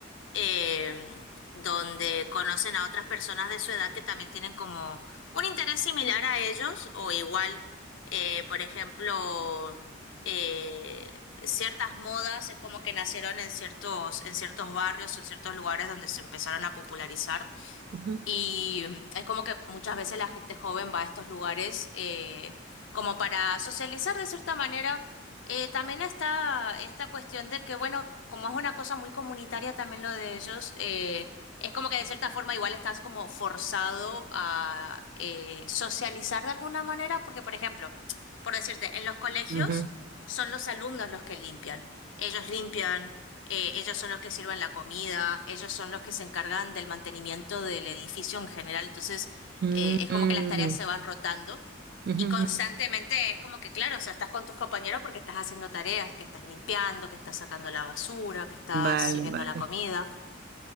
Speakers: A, on the left; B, on the right.
A: eh, donde conocen a otras personas de su edad que también tienen como un interés similar a ellos o igual, eh, por ejemplo, eh, ciertas modas es como que nacieron en ciertos, en ciertos barrios, en ciertos lugares donde se empezaron a popularizar.
B: ujú,
A: Y mm, es como que muchas veces la gente joven va a estos lugares eh, como para socializar de cierta manera. Eh, también está esta cuestión de que, bueno, como es una cosa muy comunitaria también lo de ellos, eh, es como que de cierta forma igual estás como forzado a eh, socializar de alguna manera, porque, por ejemplo, por decirte, en los colegios
B: ujú,
A: son los alumnos los que limpian. Ellos limpian eh, ellos son los que sirven la comida, ellos son los que se encargan del mantenimiento del edificio en general. Entonces,
B: ujú,
A: eh, es
B: mm,
A: como que las tareas se van rotando
B: ujú,
A: y constantemente
B: ujú.
A: es como que, claro, o sea, estás con tus compañeros porque estás haciendo tareas, que estás limpiando, que estás sacando la basura, que estás
B: Vale,
A: sirviendo
B: vale.
A: la comida